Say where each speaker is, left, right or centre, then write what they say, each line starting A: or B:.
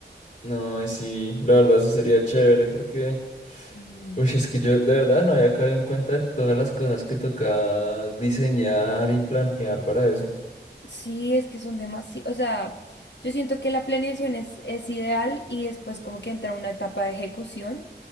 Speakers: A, on the left; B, on the left.
A: No, y sí, la verdad sí sería chévere porque...
B: Sí.
A: Uy, es que yo de verdad no había caído en cuenta de todas las cosas que toca diseñar y planear para eso.
B: Sí, es que son demasiado. O sea, yo siento que la planeación es, es ideal y después como que entra una etapa de ejecución,